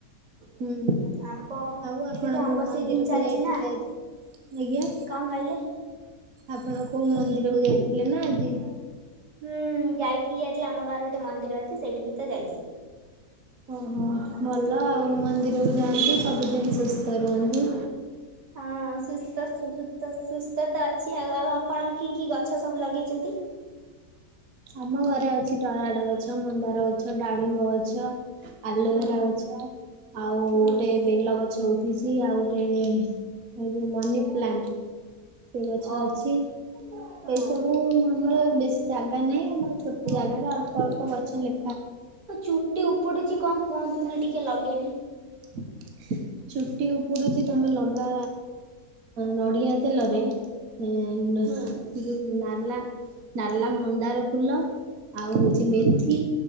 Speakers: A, on the right (about 60°); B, on the right (about 85°).
A: ହୁଁ।
B: ଆମ୍ବ
A: ଆଉ ଆପଣ
B: ଏବେ ତ ଆମ୍ବ
A: କୋଉ ମନ୍ଦିରକୁ
B: ସିଜିନ ଚାଲିଛି
A: ଯାଇଥିଲେ
B: ନା।
A: ଆଜି? ଆଜ୍ଞା।
B: କଣ କହିଲେ?
A: ଆପଣ କୋଉ ମନ୍ଦିର କୁ ଯାଇଥିଲେ ନା ଆଜି?
B: ହୁଁ ଯାଇଥିଲି ଆଜି ଆମ ଗାଁରେ ଗୋଟେ ମନ୍ଦିର ଅଛି ସେଇଠିକି ତ ଯାଇଥିଲି।
A: ଓହୋ ଭଲ ଆଉ ମନ୍ଦିରକୁ ଯାଆନ୍ତୁ ସବୁଦିନ ସୁସ୍ଥ ରୁହନ୍ତୁ।
B: ହଁ ସୁସ୍ଥ ସୁସ୍ଥ ସୁସ୍ଥ ତ ଅଛି ଆଉ। ଆଉ ଆପଣ କି କି ଗଛ ସବୁ ଲଗେଇଛନ୍ତି?
A: ଆମ ଘରେ ଅଛି ଟମାଟ ଗଛ ମନ୍ଦାର ଗଛ ଡାଳିମ୍ବ ଗଛ। ଆଲୋଭେରା
B: ହୁଁ।
A: ଗଛ ଆଉ
B: ହୁଁ
A: ଗୋଟେ ବେଲ ଗଛ ଉ ଛି ଆଉ ଗୋଟେ ଏ ଯୋଉ ମନି ପ୍ଲାଣ୍ଟ। ସେ ଗଛ
B: ଅ
A: ଅଛି
B: ହଁ
A: ଏଇ ସବୁ ଆମର ବେଶୀ ଜାଗା ନାହିଁ ଆମର ଛୋଟ ଜାଗାରେ ଅଳ୍ପ ଅଳ୍ପ ଗଛ ଲେ
B: ଆଉ ଚୁଟି ଉପୁଡୁଛି କଣ କୁହନ୍ତୁନି ଟିକେ ଲଗେଇମି?
A: <inaudible> ଚୁଟି ଉପୁଡୁଛି ତମେ ଲଗା ନଡିଆ ତେଲରେ ଉ
B: ହୁଁ
A: ହା ଟିକେ ନାଲା ନାଲା ମନ୍ଦାର ଫୁଲ ଆଉ ହୋଉଛି ମେଥି